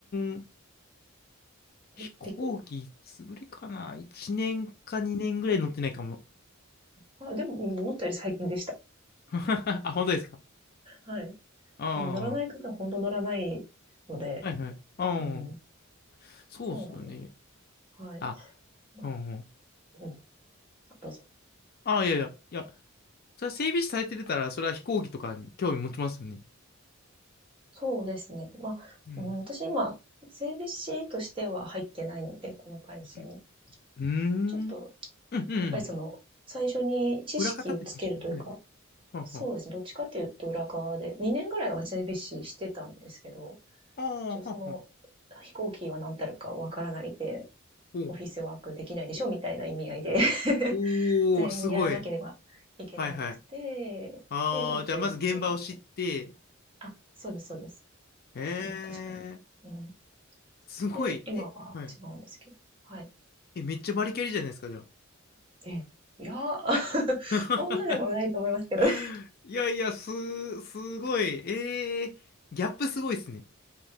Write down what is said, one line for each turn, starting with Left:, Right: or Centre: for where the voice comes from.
Left: ん、飛行機潰れかな
Right: え陸
Left: ?1 年か2年ぐらい乗ってないかも。
Right: あ、でも、思ったより最近でした。
Left: <laughs> あ、本当ですか
Right: はい。
Left: あ
Right: で乗らない方は本当乗らないので、
Left: あー、はいはい。ああ、
Right: うん。
Left: そうっすよね。
Right: そうなんです。はい。
Left: あ、
Right: まあ、
Left: うんうん。
Right: うん。あどうぞ。
Left: あ、いやいや、いや、それは整備士されてたら、それは飛行機とかに興味持ちますよね。
Right: そうですね。まあ、
Left: うん。
Right: うん、私今、整備士としては入ってないので、この会社に。
Left: うん。うーん。
Right: ちょっと
Left: うんうんうん。
Right: やっぱりその、最初に知識をつけるというか、
Left: 裏方って言ってました。はい。はんはん。
Right: そうですね。どっちかっていうと裏側で、2年ぐらいは JBC してたんですけど、
Left: ああ、
Right: 一応その、
Left: はんはん。
Right: 飛行機は何たるかわからないで、
Left: おう
Right: オフィスワークできないでしょみたいな意味合いで
Left: おー、
Right: <laughs> 全員やらなければいけなくて、
Left: すごい。はいはい。ああ、
Right: で、ちょっとやってたって。
Left: じゃあまず現場を知って、
Right: あ、そうです、そうです。
Left: ええー
Right: うん、確かに。うん。
Left: すごい。
Right: で、今は違うんですけど。
Left: え、はい。
Right: はい。
Left: え、めっちゃバリキャリじゃないですか、じゃ
Right: え、いやー、<laughs>
Left: あ。
Right: そんなでもないと思いますけどね。<laughs>
Left: <laughs> いやいや、す、すごい。ええーギャップすごいですね。